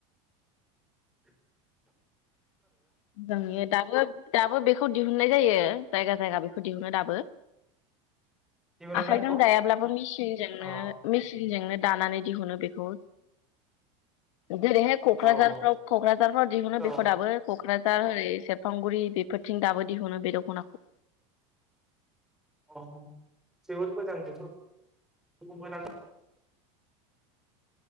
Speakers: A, in the centre; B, on the left.
A: <unintelligible>
B: <unintelligible> दाबो बेखौ दिहुननाय जायो जायगा जायगा बेखौ दिहुनो दाबो।
A: जेबो
B: आखाइजों
A: नङा बेखौ
B: दायाब्लाबोनजों
A: अ
B: मेसिनजोंनो दानानै दिहुनो बेखौ जेरैहाय क'क्राझारफ्राव
A: औ
B: क'क्राझारफ्राव दिहुनो
A: औ
B: बेखौ दाबो क'क्राझार ओरै सेरफांगुरि बेफोरथिं दाबो दिहुनो बे दख'नाखौ।
A: अ जोबोद मोजां बेथ'